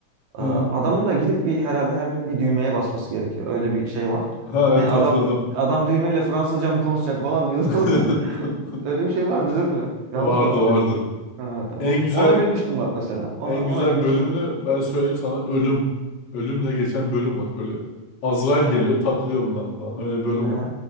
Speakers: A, on the left (about 60°); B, on the right (about 75°).
A: Hı.
B: Ee, Adamın da gidip bir herhalde her gün bir düğmeye basması gerekiyor. Öyle bir şey var.
A: Ha
B: Ne
A: evet
B: adam
A: hatırladım.
B: adam düğmeyle Fransızca mı konuşacak falan diyordu.
A: <laughs>
B: <laughs> Öyle bir şey vardı değil mi?
A: Vardı
B: Yanlış mı hatırlıyorum?
A: vardı.
B: Ha, tamam.
A: En güzel
B: Ona gülmüştüm bak mesela. Ona
A: en
B: ona
A: güzel
B: gülmüştüm.
A: bölümünü ben söyleyeyim sana ölüm. Ölümle geçen bölüm var. Böyle Azrail
B: He,
A: geliyor takılıyor bunlarla falan. Öyle bölüm
B: he, he.
A: var.